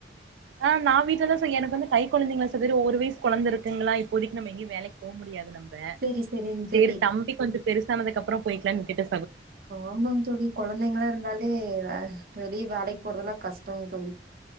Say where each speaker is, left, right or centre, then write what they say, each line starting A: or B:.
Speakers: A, on the right (about 80°); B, on the right (about 55°).
A: ஆஹ் நா வீட்டுலதா சார் எனக்கு வந்து கை கொழந்தைங்களா சாகோதரி வெவ் ஒரு வயசு கொழந் இருக்குங்களா இப்போதிக்கு நம்ம எங்கேயு வேலைக்கு போக முடியாது நம்ம
B: சரி சரிங்க
A: செரி
B: தோழி
A: தம்பி கொஞ்ச பெருசு பெருசானதுக்கு அப்புறோ போயிக்கலாம்னு விட்டட்டே
B: ஆமாங்க தோழி கொழந்தைங்களா இருந்தாலே வேல் வெளிய வேலைக்கு போடுறதெல்லா கஷ்டங் தோழி